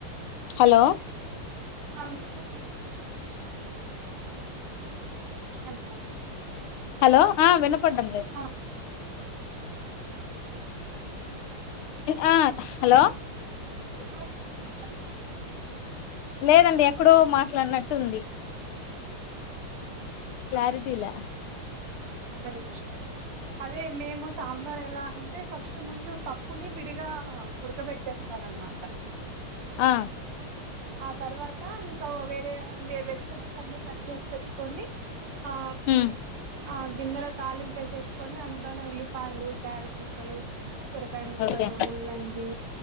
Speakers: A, on the left (about 80°); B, on the right (about 85°).
A: హలో
B: వినిపిస్తుందండి హలో
A: హలో ఆ విన్నపడ్డంలేదు
B: ఆ
A: ఆ హలో
B: ఆ వినిపిస్తుందా
A: లేదండి ఎక్కడో మాట్లాడినట్టు ఉంది క్లారిటీ లె
B: ఒక్క నిమిషం అదే మేము సాంబార్ ఎలా అంటే ఫస్ట్ ముందు పప్పుని విడిగా ఉడకబెట్టేస్తాము నన్ <unintelligible> మాట
A: ఆ
B: ఆ తర్వాత ఇంకా వేరే వెజిటబుల్స్ అన్ని కట్ చేసి పెట్టుకొని ఆ
A: ఉమ్
B: ఆ గిన్నెలో తాలింపేసేసీ కొని అందులోనే ఉల్లిపాయలు క్యారెట్ ముక్కలు సొరకాయ ముక్కలు
A: ఓకే
B: ముల్లంగి